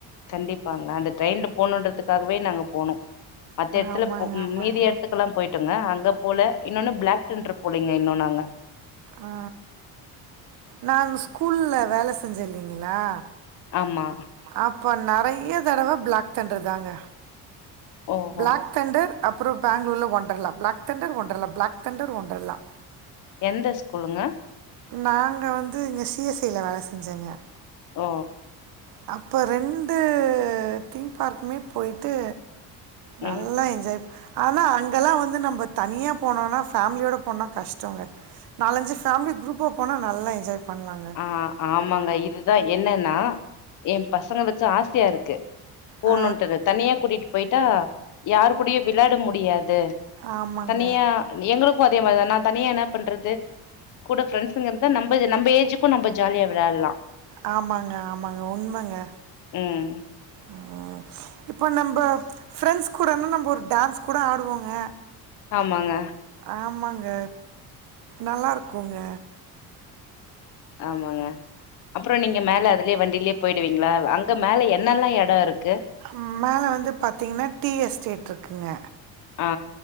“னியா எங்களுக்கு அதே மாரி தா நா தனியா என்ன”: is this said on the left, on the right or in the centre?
Left